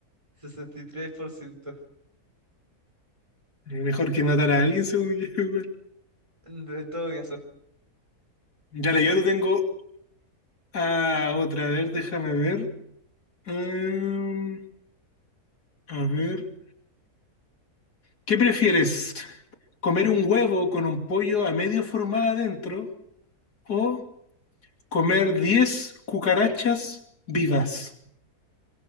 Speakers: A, on the right; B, on the left.
A: 63%.
B: Mejor que matar a alguien, según yo, <laughs> igual.
A: En en todo caso.
B: Dale, yo te tengo a otra, a ver, déjame ver. Mm, a ver, ¿qué prefieres? ¿Comer un huevo con un pollo a medio formar adentro o comer 10 cucarachas vivas?